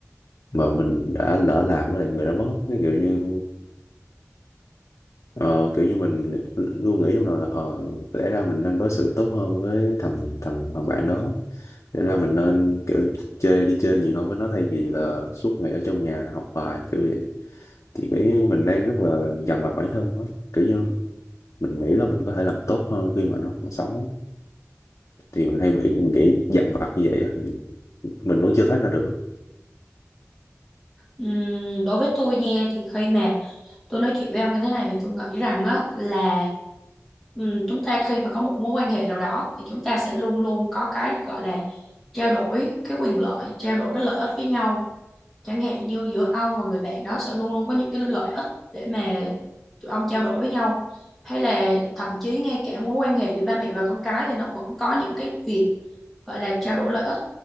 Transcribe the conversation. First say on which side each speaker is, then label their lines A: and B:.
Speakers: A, on the left; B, in the centre.
A: mà mình đã lỡ làm với lại người đã mất á. cái kiểu như ờ, kiểu như mình luôn nghĩ trong đầu là ờ lẽ ra mình nên đối xử tốt hơn với thằng thằng thằng bạn đó lẽ ra mình nên kiểu chơi đi chơi nhiều hơn với nó thay vì là suốt ngày ở trong nhà học bài kiểu vậy thì kiểu như mình đang rất là dằn vặt bản thân á kiểu như mình nghĩ là mình có thể làm tốt hơn khi mà nó còn sống á. thì mình hay bị nghĩ dằn vặt như vậy á, thì mình vẫn chưa thoát ra được á.
B: Ừm, đối với tôi nha thì khi mà tôi nói chuyện với ông như thế này thì tôi nghĩ rằng á là ừm, chúng ta khi mà có một mối quan hệ nào đó thì chúng ta sẽ luôn luôn có cái được gọi là trao đổi cái quyền lợi trao đổi cái lợi ích với nhau chẳng hạn như giữa ông và người bạn đó sẽ luôn luôn có những cái lợi ích để mà tụi ông trao đổi với nhau hay là thậm chí ngay cả mối quan hệ giữa ba mẹ và con cái thì nó vẫn có những cái việc gọi là trao đổi lợi ích